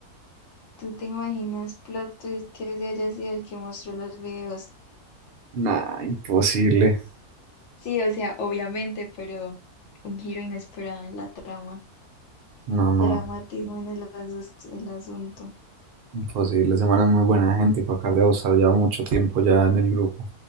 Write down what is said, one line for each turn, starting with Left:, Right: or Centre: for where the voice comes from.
Left: ¿Tú te imaginas plot twist que ese haya sido el que mostró los videos?
Right: Nah, imposible.
Left: Sí, o sea, obviamente, pero un giro inesperado en la trama.
Right: No, no,
Left: Dramatismo en el, asus- el asunto.
Right: imposible. Semana es muy buena gente y para acá de estar ya mucho tiempo ya en el grupo.